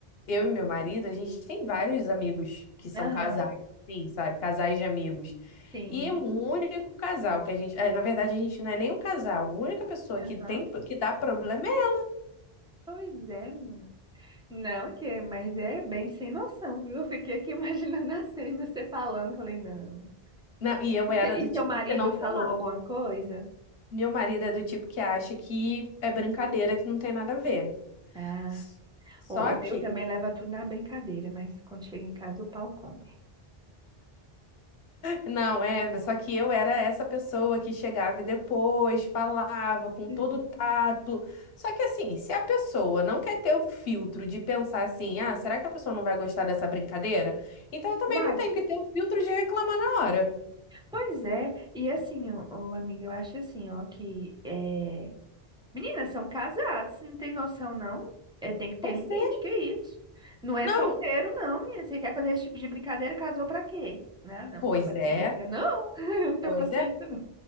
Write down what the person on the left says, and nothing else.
eu e meu marido, a gente tem vários amigos que são
casais, assim, sabe? Casais de amigos.
E o único casal que a gente, ah, na verdade, a gente não é nem um casal, a única pessoa
que tem que dá problema é.
Não, e eu
era
do
tipo
que não
falar.
Meu marido é do tipo que acha que é brincadeira, que não tem nada a ver.
S- Só
que
Não, é, mas só que eu era essa pessoa que chegava e depois, falava com
todo tato. Só que assim, se a pessoa não quer ter o filtro de pensar assim, ah, será que a pessoa não vai gostar dessa brincadeira? Então eu também
não tenho que ter o filtro de reclamar na hora.
Pois
é.
Não,
pois
é,
pois
é.